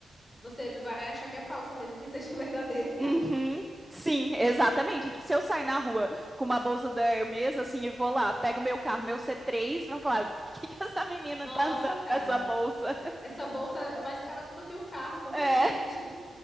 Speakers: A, on the left; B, in the centre.
A: você vai achar que é falsa mesmo que seja <laughs> verdadeira.
B: Uhum. Sim, exatamente. Tipo, se eu sair na rua com uma bolsa da Hermes, assim, e vou lá, pego meu carro, meu c três vão falar: por que que essa menina
A: Nossa,
B: tá andando
A: cara,
B: com essa bolsa?
A: essa bolsa é mais cara do que o carro, como
B: É.
A: assim? É mentira.